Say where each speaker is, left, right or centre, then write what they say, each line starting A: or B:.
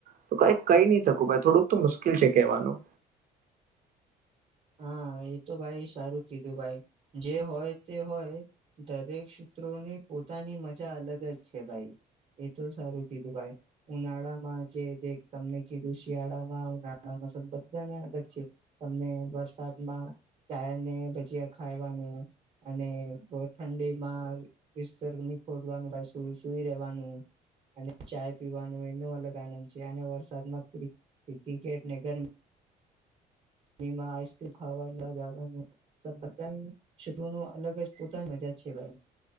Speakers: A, on the right; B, on the right.
A: તો કઈ કહી નહી શકું ભાઈ, થોડુંક તો મુશ્કેલ છે કહેવાનું.
B: હા, હા એ તો ભાઈ સારું કીધું ભાઈ જે હોય તે હોય, દરેક સૂત્રોની પોતાની મજા અલગ જ છે ભાઈ એ તો સારું કીધું ભાઈ ઉનાળામાં જે તે તમને કીધું શિયાળામાં, ઉનાળામાં પસંદ બધાને અલગ છે. તમને વરસાદમાં ચાય અને ભજીયા ખાવાનું અને ઠંડીમાં બિસ્તર નિ ખોલવાનું ભાઈ સુ સુઈ રહેેવાનું. અને ચાય પીવાનું એનો અલગ આનંદ છે. અને વરસાદમાં ક્રિકે ક્રિકેટને ગરમી મી માં આઈસક્રીમ ખાવાનું જાવાનું બધા ની શેત્રુ ઓનુ અલગ જ પોતાની મજા છે. ભાઈ